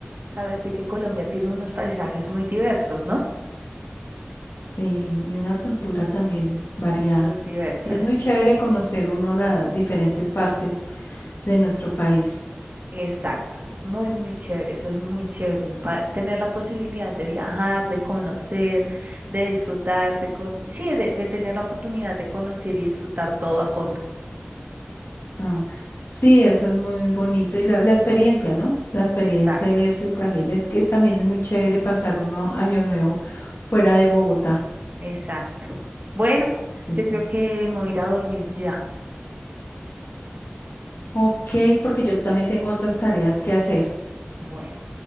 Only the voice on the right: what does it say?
Saber de que Colombia tiene unos paisajes muy diversos, ¿no?
Muy diversas,
sí.
Exacto, muy, muy chévere, eso es muy chévere, pa- tener la posibilidad de viajar, de conocer, de disfrutar, de con sí, de, de tener la oportunidad de conocer y disfrutar todo a fondo.
Exacto,
exacto. Bueno,
yo creo que me voy a ir a dormir ya.
Bueno.